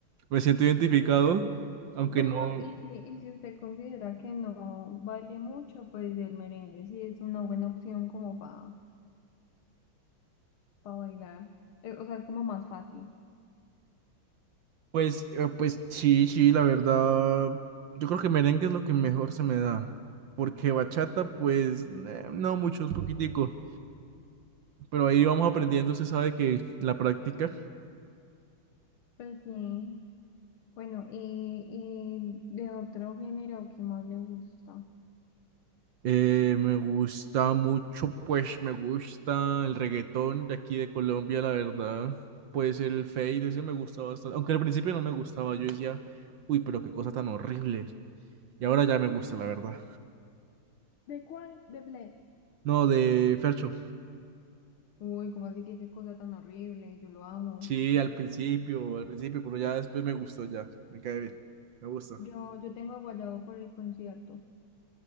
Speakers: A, on the right; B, on the left.
A: me siento identificado, aunque
B: Bueno,
A: no,
B: y si, y si usted considera que no baile mucho, pues el merengue sí es una buena opción como para bailar. Eh, o sea, es como más fácil.
A: pues, eh, pues sí, sí, la verdad, yo creo que merengue es lo que mejor se me da, porque bachata, pues, eh, no mucho, es poquitico, pero ahí vamos aprendiendo, se sabe que la práctica.
B: Pues sí. Bueno, y, y de otro género qué más le gusta.
A: Eh, me gusta mucho, pues me gusta el reggaetón de aquí de Colombia, la verdad. Pues el Fade, ese me gusta bastante. Aunque al principio no me gustaba, yo decía, uy, pero qué cosa tan horrible. Y ahora ya me gusta, la verdad.
B: ¿De cuál? De Bled.
A: No, de Fercho.
B: Uy, cómo así que qué cosa tan horrible, yo lo amo.
A: Sí, al principio, al principio, pero ya después me gustó, ya. Me cae bien. Me gusta.
B: Yo, yo tengo a Guayabo por el concierto.